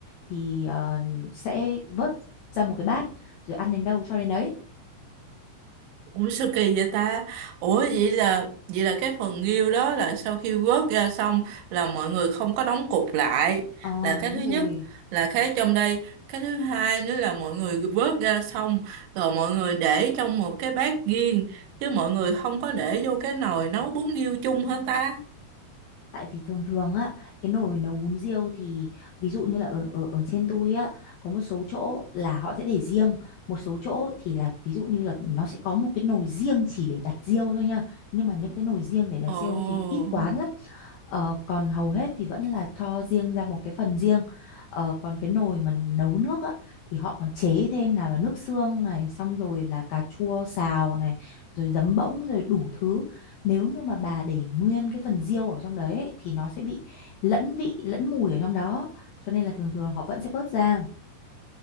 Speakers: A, on the left; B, on the right.
A: thì ờ, sẽ vớt ra một cái bát rồi ăn đến đâu cho đến đấy
B: Ủa sao kỳ vậy ta? Ủa vậy là vậy là cái phần nghêu đó là sau khi vớt ra xong là mọi người không có đóng cục lại
A: Ờ
B: là cái
A: đúng
B: thứ nhất
A: rồi
B: là cái trong đây cái thứ hai nữa là mọi người vớt ra xong rồi mọi người để trong một cái bát riêng chứ mọi người không có để vô cái nồi nấu bún nghêu chung hả ta?
A: tại vì thường thường á cái nồi nấu bún riêu thì ví dụ như là ở ở ở trên tôi á có một số chỗ là họ sẽ để riêng một số chỗ thì là ví dụ như là nó sẽ có một cái nồi riêng chỉ để đặt riêu thôi nha nhưng mà những cái nồi riêng để đặt
B: Ồ
A: riêu thì ít quán lắm Ờ, còn hầu hết thì vẫn là cho riêng ra một cái phần riêng. Ờ, còn cái nồi mà nấu nước á, thì họ còn chế thêm nào là nước xương này, xong rồi là cà chua xào này, rồi giấm bỗng, rồi đủ thứ. Nếu như mà bà để nguyên cái phần riêu ở trong đấy ấy, thì nó sẽ bị lẫn vị, lẫn mùi ở trong đó. Cho nên là thường thường họ vẫn sẽ vớt ra.